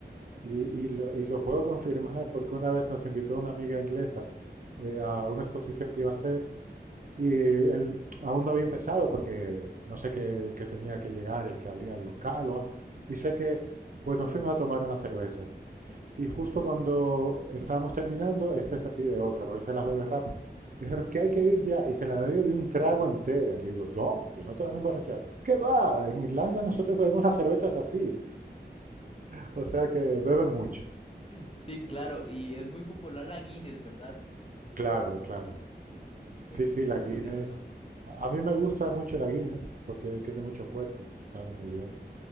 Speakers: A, on the right (about 50°); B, on the left (about 30°).
A: Y, y lo, y lo puedo confirmar porque una vez nos invitó una amiga inglesa eh, a una exposición que iba a hacer y él aún no había empezado porque no sé qué, qué tenía que llegar el que abría el local o algo. Y sé que, pues nos fuimos a tomar unas cervezas y justo cuando estábamos terminando, este se pide otra, porque se las bebe rápido. Dijeron que hay que ir ya, y se la bebió de un trago entera. Y le digo, no, y no te vas a emborrachar. ¿Qué va? En Irlanda nosotros bebemos las cervezas así. O sea que beben mucho.
B: Sí, claro, y es muy popular la Guinness, ¿verdad?
A: Claro, claro.
B: Es
A: Sí, sí,
B: muy
A: la
B: curioso.
A: Guinness. A mí me gusta mucho la Guinness porque tiene mucho cuerpo, sabe muy bien.